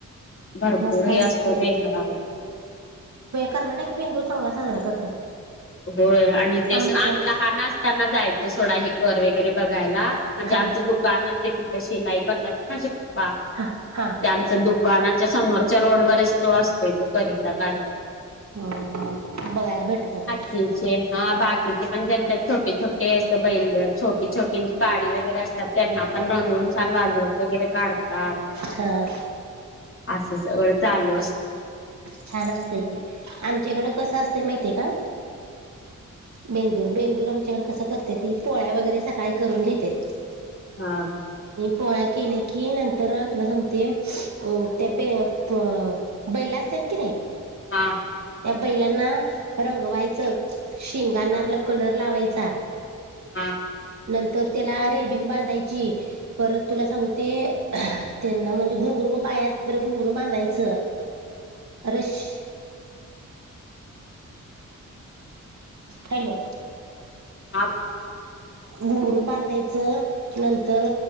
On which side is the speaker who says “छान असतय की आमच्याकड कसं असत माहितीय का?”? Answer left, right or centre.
Right